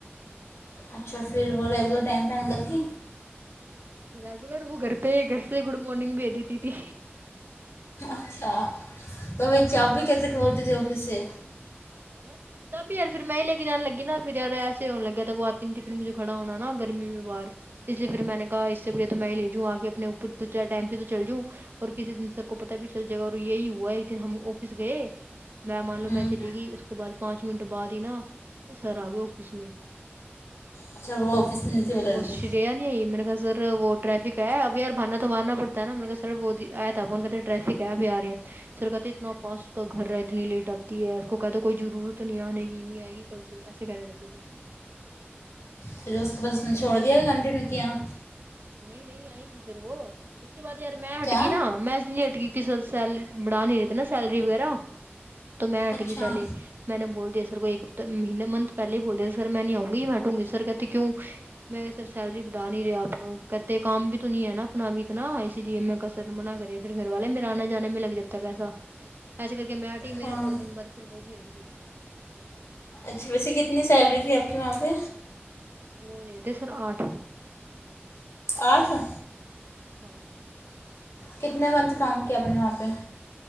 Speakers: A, on the left; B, on the right.
A: اچھا پھر وہ ریگولر ٹائم پہ آنے لگ گی
B: ریگولر وہ گھر پ ہے گھر سے گڈ مارنگ بھج دیتی تھی
A: اچھا تو بھئی
B: ہاں
A: چابی کیسے کھولتی تھی آفس سے
B: کہ تبہی یار پھر میں ہی لے کے جان لگی نا پھر یاد ایسے ہونے لگے تو وہ آتی نہیں تھی پھر مجھے کھڑا ہونا نا گرمی میں وار اس لیے پھر میں نے کہا اس سے بڑھے تو میں لے جؤں آ کے اپنے اوپر تو ٹائم سے تو چل جؤں اور کسی دن سر کو پتا بھی چل جائے گا اور یہی ہوا ہے کے ہم آفس گئے میں مان لو
A: ہوں
B: میں چلی گئی اس کے بعد پانچ منٹ بعد ہی نا سر آ گئے آفس میں
A: اچھا وہ آفس
B: سر
A: میں
B: کاتے
A: نہیں تھی لڑکی
B: وہ شرییا نہیں میں نے کہ سر وہ ٹریفک ہے اب یار باننا تو مارنا پڑتا ہے نا مط <unintelligible> سر وہ آیا تھا ان کے ادھر ٹریفک ہے ابھی آ رہے ہیں سر کہتے ہیں اتنا پاسٹ کا گھر رہ اتنی لیٹ آتی ہے اس کو کہ تو کوئی ضرورت نہیں آنے کی نہیں آئے گی کل سے ایسے کہنے لگے
A: پھر اس کے بعد اس نے چھوڑ دیا ک کنٹینیو کیا
B: نی نی آئی تھی پھر وہ اس کے بعد یار میں ہٹ
A: کیا
B: گئی نا میں اس اک س سلری بڑھا نہیں رہتے نا سیلری وغیرہ تو میں ہٹ
A: اچھا
B: گئی پہلے میں نے بول دیا سر کو ایک ہفت مہینے منت پہلے بول دیا سر میں نہیں آؤ گی یہ وٹ <unintelligible> وں میں سر کہتے ہیں کیوں میں سر سیل <unintelligible> ری بٹا نہیں رہیاا آپ کہتے کام بھی تو نہیں ہے نا اپنا بھی اتنا اسی لیے می <unintelligible> منع کریے پھر گھر والے میرے آنے جانے میں لگ جات پیسا لیکے کے میں ہٹی
A: ہاں
B: میرے تھوڑے دن بعد پھر وہ بھی ھٹ گئی
A: اچھا ویسے کتنی سیلری تھی آپ کے وہاں پہ
B: وہ رہٹے <unintelligible> سر آٹھ
A: آہا
B: ہاں
A: کتنے منتھ کام کیا اپ نے وہاں پہ